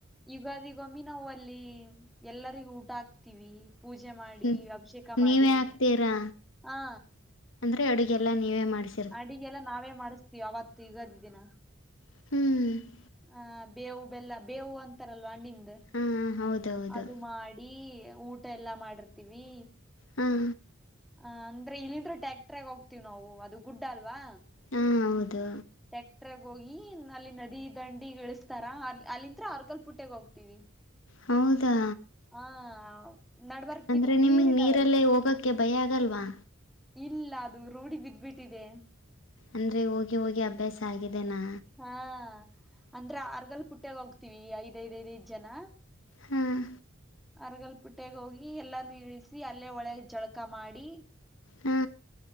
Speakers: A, in the centre; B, on the left.
A: ಯುಗದಿಗೊಮ್ಮಿ ನಾವು ಅಲ್ಲಿ ಎಲ್ಲರಿಗ ಊಟ ಹಾಕ್ತಿವಿ ಪೂಜೆ ಮಾಡಿ,
B: ಹ್ಮ
A: ಅಭಿಷೇಕ ಮಾಡಿ,
B: ನೀವೇ ಆಗ್ತೀರಾ
A: ಹಾ
B: ಅಂದ್ರೆ ಅಡುಗೆಲ್ಲಾ ನೀವೇ ಮಾಡ್ಸಿ
A: ಅಡಿಗೆಲ್ಲ ನಾವೇ ಮಾಡಿಸ್ತೀವಿ ಅವತ್ತು ಯುಗಾದಿ ದಿನ
B: ಹ್ಮ್
A: ಹ ಬೇವು ಬೆಲ್ಲ ಬೇವು ಅಂತಾರಲ್ವಾ ಹಣ್ಣಿಂದ
B: ಹಾ ಹೌದೌದು
A: ಅದು ಮಾಡಿ ಈ ಊಟ ಎಲ್ಲಾ ಮಾಡಿರ್ತೀವಿ
B: ಹಾಂ
A: ಆ ಅಂದ್ರೆ ಇಲ್ಲಿಂದ್ರ ಟ್ಯಾಕ್ಟರ್ಗ ಹೋಗ್ತತಿವಿ ನಾವು ಅದು ಗುಡ್ ಅಲ್ವಾ
B: ಹ್ಮ್ ಹೌದು
A: ಟ್ಯಾಕ್ಟ್ರಗ್ ಹೋಗಿ ಅಲ್ಲಿ ನದಿ ದಂಡಿ ಈಳಿಸಸ್ತಾರ ಅ ಅಲ್ಲಿಂತ್ರ ಅವರ್ಗಲ್ ಪುಟ್ಟಗ ಹೋಗ್ತೀವಿ
B: ಹೌದಾ
A: ಆ ನಡ್ಬರ್ಕ್
B: ಅಂದ್ರೆ
A: ಇದು
B: ನಿಮಗ್
A: ನೀರ್ ಇದಾವಲ್ವಾ
B: ನೀರಲ್ಲೇ ಹೋಗಕ್ ಕೆ ಭಯ ಆಗಲ್ವಾ
A: ಇಲ್ಲ ಅದು ರೂಢಿ ಬಿದ್ದ್ಬಿಟ್ಟಿದೆ.
B: ಅಂದ್ರೆ ಹೋಗಿ ಹೋಗಿ ಅಭ್ಯಾಸ ಆಗಿದೆನಾ....
A: ಹಾ ಅಂದ್ರೆ ಆರ್ಗಲ್ ಪುಟ್ಟಾಗ ಹೋಗ್ತೀವಿ ಐದ್ ಐದ್ ಐದ್ ಐದ್ ಜನ.....
B: ಹ್ಮ್ಮ......
A: ಅರಗಲ್ ಪುಟ್ಟಗ ಹೋಗಿ ಎಲ್ಲರೂನೂ ಇಳಿಸಿ ಅಲ್ಲೇ ಹೊಳೆಯಾಗ್ ಜಳಕ ಮಾಡಿ
B: ಹಾ...